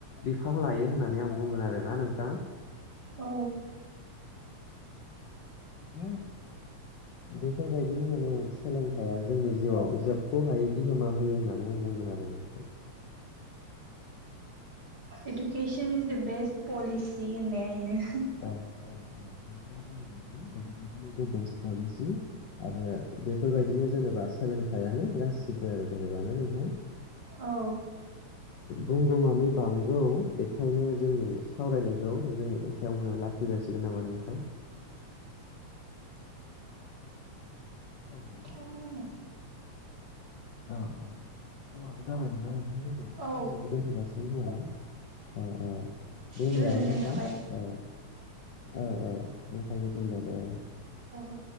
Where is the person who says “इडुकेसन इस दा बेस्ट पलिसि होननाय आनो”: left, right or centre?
Right